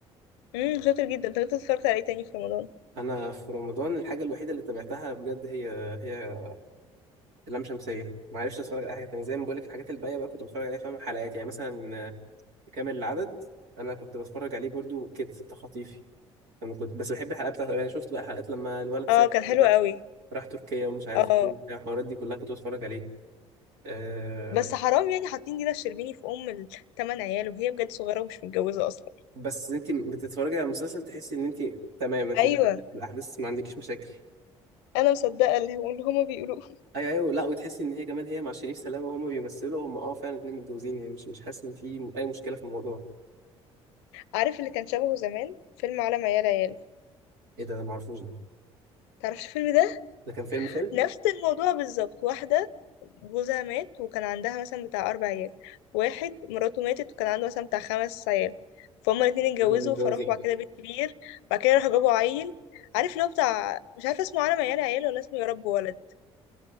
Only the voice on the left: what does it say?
امم شاطر جدا انت كنت اتفرجت على ايه تاني في رمضان
اه كان حلو
قوي
اه
بس حرام يعني حاطين دينا الشربيني في ام الثمان عيال وهي بجد صغيره ومش متجوزه اصلا
ايوه
انا مصدقه اللي هو- اللي هما بيقولوه <laughs>
عارف اللي كان شبهه زمان فيلم عالم عيال عيال
تعرفش الفيلم ده
نفس الموضوع بالظبط واحده جوزها مات وكان عندها مثلا بتاع اربع عيال واحد مراته ماتت وكان عنده مثلا بتاع خمس عيال فهم الاتنين اتجوزوا
فراحوا بعد كده بيت كبير بعد كده راحوا جابوا عيل عارف اللي هو بتاع مش عارفه اسمه عالم عيال عيال ولا اسمه يا رب ولد